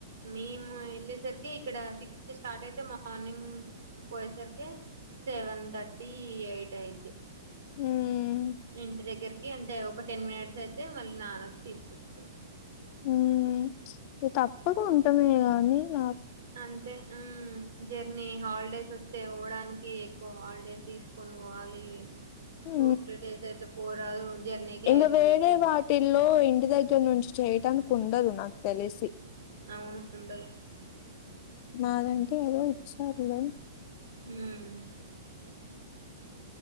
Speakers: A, on the right; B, on the left.
A: మేము వెళ్ళేసరికి ఇక్కడ సిక్స్ కి స్టార్ట్ అయి అయితే మార్నింగ్ పోయేసరికి సెవెన్ థర్టీ ఎయిట్ అయిద్ది.
B: మ్మ్
A: ఇంటి దగ్గరకి అంటే ఒక టెన్ మినిట్స్ అయితే మళ్ళీ నాన వచ్చి తీసుకొచ్చారు.
B: ఉ ఇ తప్పకు ఉంటమే గాని న
A: అంతే హు జెర్నీ హాలిడేస్ వచ్చ అయితే పోవడానికి ఎక్కువ హాలిడే తీసుకొని పోవాలి.
B: హు
A: టూ త్రీ డేస్ అయితే పోరాదు జర్నీకే
B: ఇంకా
A: అయిపోయిద్ది
B: వేరే వాటిల్లో ఇంటి దగ్గర నుంచి చేయటానికి కుండదు నాకు తెలిసి
A: అవును ఉండదు.
B: మాదంటె ఏదో ఇచ్చారు లే
A: ఉమ్